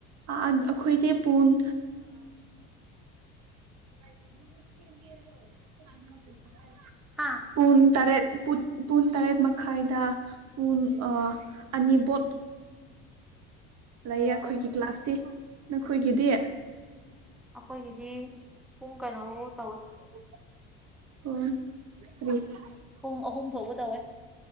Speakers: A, on the right; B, in the centre.
A: ꯑꯩꯈꯣꯏꯗꯤ ꯄꯨꯡ <unintelligible>
B: ꯍꯥꯥ
A: ꯄꯨꯡ ꯇꯔꯦꯠ ꯄꯨꯡ ꯇꯔꯦꯠ ꯃꯈꯥꯏꯗ ꯄꯨꯡ ꯑꯅꯤꯕꯧ ꯂꯩꯌꯦ
B: ꯑꯣ
A: ꯑꯩꯈꯣꯏꯒꯤꯗꯤ ꯀ꯭ꯂꯥꯁꯇꯤ ꯅꯈꯣꯏꯒꯤꯗꯤ
B: ꯑꯩꯈꯣꯏꯒꯤꯗꯤ ꯄꯨꯡ ꯀꯩꯅꯣꯐꯧ ꯇꯧꯋꯦ
A: ꯎ ꯐ <unintelligible>
B: ꯄꯨꯡ ꯑꯍꯨꯝ ꯐꯥꯎꯕ ꯇꯧꯋꯦ